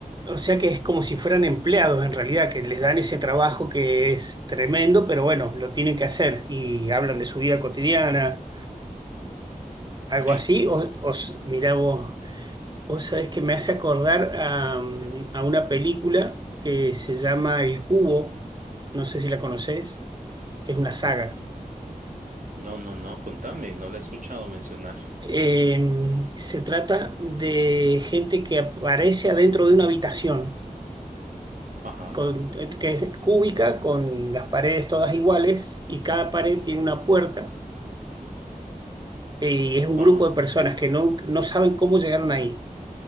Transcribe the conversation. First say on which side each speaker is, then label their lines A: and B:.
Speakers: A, on the right; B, on the right.
A: O sea que es como si fueran empleados en realidad, que les dan ese trabajo que es tremendo, pero bueno, lo tienen que hacer y hablan de su vida cotidiana, algo
B: Sí.
A: así. O, o s- mirá vos, vos sabés que me hace acordar a, mm, a una película que se llama El Cubo, no sé si la conocés, que es una saga.
B: No, no, no, contame, no la he escuchado mencionar.
A: Eh, se trata de gente que aparece adentro de una habitación
B: Ajá,
A: con- eh, que es cúbica, con las paredes todas iguales y cada pared tiene una puerta eh, y es un
B: ajá.
A: grupo de personas que no, no saben cómo llegaron ahí,